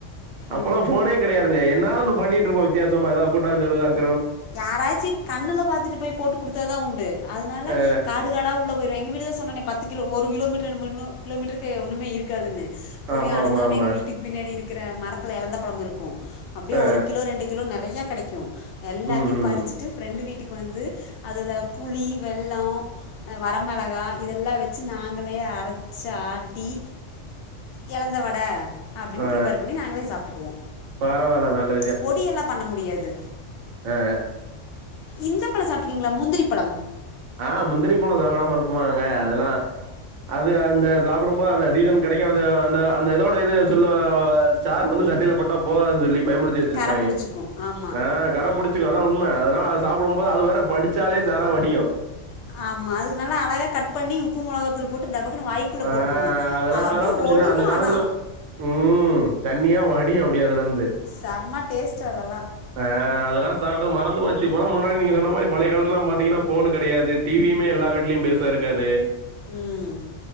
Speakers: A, on the right; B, on the left.
A: அப்பல்லா
B: ம்
A: ஃபோனே கெடையாதுங்க என்னாந்து பண்ணிட்ருப்போ வித்யாசமா எதா கூட்டாஞ் சோறு அக்
B: யாராச்சி கண்ணுல பாத்துட்டு போய் போட்டு குடுத்தாதா உண்டு அதனால
A: அ
B: காடுகாடா உள்ளப் வொரு எங்க வீடு சொன்னனே பத்து கிலோ ஒரு கிலோமீட்டர் எனு மென்னு கிலோமீட்ருக்கு ஒண்ணுமே இருக்காதுன்னு போய்
A: ஆமா
B: அழுங்காம
A: ஆமா ஆமா
B: எங்க வீட்டுக்கு பின்னாடி இருக்கிற மரத்துல எழந்த பழம் இருக்கு அப்டியே
A: அ
B: ஒரு கிலோ ரெண்டு கிலோ நெறையா கெடைக்யு எல்லாத்தையு
A: ம் ம்
B: பருச்சிட்டு ஃப்ரெண்டு வீட்டுக் வந்து அதுல புளி வெள்ளோ அ வரமெளகா இதெல்லா வித் ச்சு நாங்களே அரச் ஆட்டி எழந்தவட அப்டின்
A: அ
B: ப்ரிப்பேர் பண்ணி நாங்களே சாப்ட்டுக்குவோ
A: பரவால்ல நல்ல
B: அ பொடியெல்லா பண்ண முடியாது
A: ஆஆ
B: இந்த பழ சாப்ட்டுக்கீங்ளா முந்திரி பழம்
A: ஆ முந்திரி பழோ சாப்டாம இருப்புமாங்க அதெல்லா அது அந்த சாப்புடும்போ அந்த சீசன் கிடைக்கு அது அந்த அந்த இதோட இது சொல்ல வாஜ் சார் வந்து சட்டைய்ல பட்டா போகாதுன் சொல்லி பயமுடுத்தி வச்சிருப்பாய்ய
B: கரை பிடிச்சிக்கும் ஆமாம்
A: ஆ கரபுடித் ச்சிக்கு அதா உண்ம அதனால அ சாப்புடும் போது அது வேற படிச்சாலே சாரா வடியு
B: ஆமா அதுக்கு நல்லா அழகா கட் பண்ணி உப்பு மொளகாத்தூள் போட்டு டபக்குன்னு வாய்க்குள்ள
A: ஆ
B: போட்ருணு
A: அதெல்லா
B: அது
A: அதெல்லா
B: அப்டே
A: ஒரு
B: ஒழுகு
A: சின்ன அந்த காலத்துல
B: ஆனா
A: ம் தண்ணியா வடியு அப்டியாதுலந்து
B: சம்ம டேஸ்ட்டு அதெல்லா
A: அ அதெல்லா சாப்ட்டு மறந்து போச்சிவ் போலா முன்னாடி நீங்க சொன்ன மாய் பழைய காலத்துளாம் பாத்தீங்கின்னா ஃபோன்னு கெடையது டிவியுமே எல்லா வீட்லிம் பெருசாயிருக்காதே
B: ம்